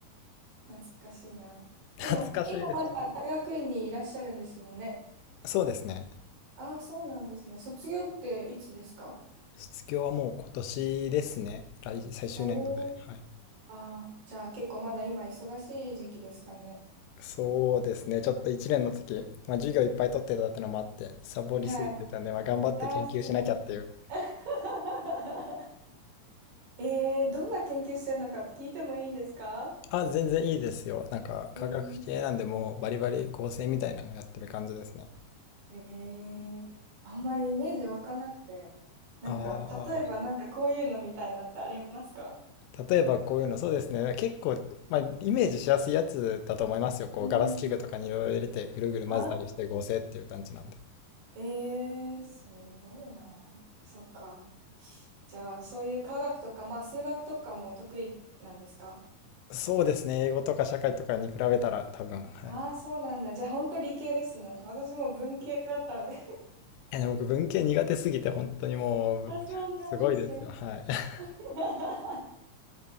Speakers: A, on the right; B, on the left.
A: 懐かしいな。
B: 懐かしいです。
A: でも、今まだ大学院にいらっしゃるんですもんね。
B: そうですね。
A: ああ、そうなんですね。卒業っていつですか
B: 卒業はもう今年ですね。来、最終年度で。
A: おおー。
B: はい。
A: ああ、じゃあ結構まだ今忙しい時期ですかね。
B: そうですね。ちょっと1年の時、まあ、授業いっぱい取ってたってのもあって、サボりすぎてたんで、
A: はい。
B: まあ、頑張って研究しなきゃっていう。
A: ああ、そうなんだ。<laughs> えー、どんな研究してるのかって聞いてもいいんですか
B: あ、全然いいですよ。なんか、
A: えー、
B: 科学系なんで、もうバリバリ合成みたいなのやってる感じですね。
A: えー、あんまりイメージ湧かなくて。なんか、
B: あ
A: 例えばなんかこういうのみたいなってありますか
B: あ、例えばこういうの、そうですね。結構、まあ、イメージしやすいやつだと思いますよ。こう、
A: うん。
B: ガラス器具とかにいろいろ入れて、ぐるぐる混ぜたりして合成っていう感じなんで。
A: あー、えー、すごいな。そっか。じゃあ、そういう科学とか、まあ、数学とかも得意なんですか
B: そうですね。英語とか社会とかに比べたら多分、はい。
A: ああー、そうなんだ。じゃあ、本当理系ですね。私も文系だったので
B: や、でも僕文系苦手すぎて本当にもうすごいですよ。
A: <laughs> あ、そうなんですね。
B: はい。
A: <laughs>
B: <laughs>